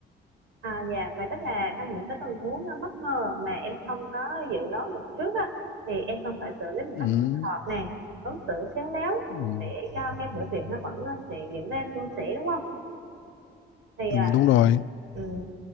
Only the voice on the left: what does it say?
ừ.
Ừ,
ừ,
đúng rồi